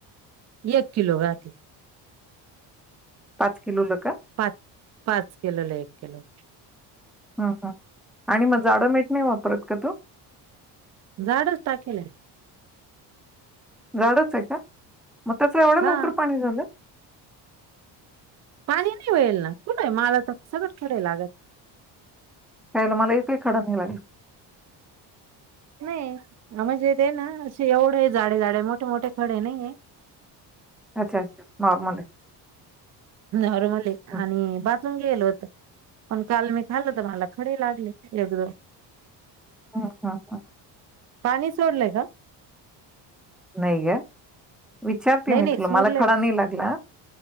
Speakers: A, on the right (about 35°); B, in the centre.
A: एक किलो घातलं.
B: पाच किलोला का?
A: पाच, पाच किलोला एक किलो.
B: ह ह, आणि मग जाडं मीठ नाही वापरत का तू?
A: जाडच टाकेला.
B: जाडच आहे का, म त्याच एवढं
A: हा
B: लवकर पाणी झालं.
A: पाणी नाही होईल ना कुठ माला तर सगळं खडे लागत.
B: त्यालं मला एकही खडा नाही लागला.
A: नाही, म्हणजे ते ना असे एवढं आहे जाडे जाडे मोठे मोठे खडे नाही आहे.
B: अच्छा, नॉर्मल आहे.
A: नॉर्मले
B: हं,
A: आणि बाथरूम गेल होत. पण काल मी खाल्ल तर मला खडे लागले एकदम.
B: हा हा हा.
A: पाणी सोडलंय का?
B: नाही ग, विचारते
A: नाही
B: मी
A: नाही
B: तुला मला
A: सोडले
B: खडा नाही लागला.